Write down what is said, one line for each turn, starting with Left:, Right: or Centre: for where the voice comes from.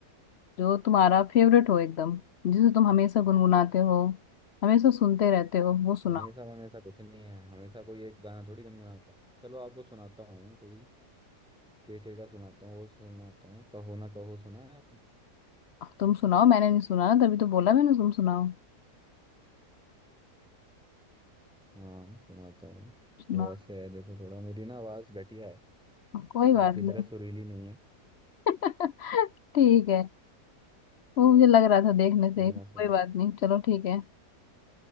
Left: जो तुम्हारा फेवरेट हो एकदम जिसे तुम हमेशा गुनगुनाते हो हमेशा सुनते रहते हो वो सुनाओ
Centre: हमेशा हमेशा कुछ नहीं है हमेशा कोई एक गाना थोड़ी गुनगुनाता हूँ चलो आपको सुनाता हूँ कोई के के का सुनाता हूँ वो सुनाता हूँ कहो ना कहो सुना है आपने
Left: अब तुम सुनाओ मैंने नहीं सुना ना तभी तो बोला मैंने तुम सुनाओ
Centre: हाँ सुनाता हूँ
Left: सुनाओ
Centre: वो ऐसे है देखो थोड़ा मेरी ना आवाज घटिया है
Left: कोई बात
Centre: आपकी
Left: नहीं
Centre: तरह सुरीली नहीं है
Left: <laughs> ठीक है वो मुझे लग रहा था देखने से
Centre: नहीं
Left: ही।
Centre: मैं
Left: कोई
Centre: सुना
Left: बात नहीं चलो ठीक है